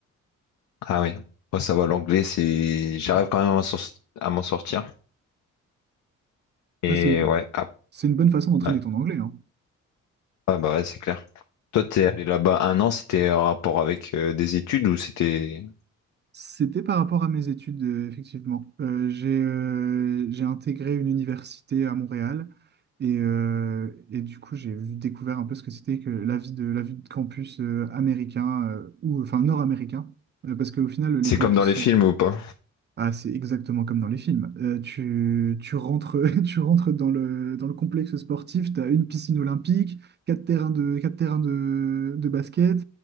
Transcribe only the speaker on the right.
Ah, c'est une,
c'est une bonne façon d'entraîner
ton anglais, hein.
C'était par rapport à mes études, euh, effectivement. Euh, j'ai euh, j'ai intégré une université à Montréal et, euh, et du coup, j'ai vu- découvert un peu ce que c'était que la vie de, la vie de campus euh, américain euh, ou enfin nord-américain. Euh, parce qu'au final, les
campus
ah, c'est exactement comme dans les films. Euh, tu, tu rentres, <laughs> tu rentres dans le, dans le complexe sportif, tu as une piscine olympique, quatre terrains de, quatre terrains de, de basket,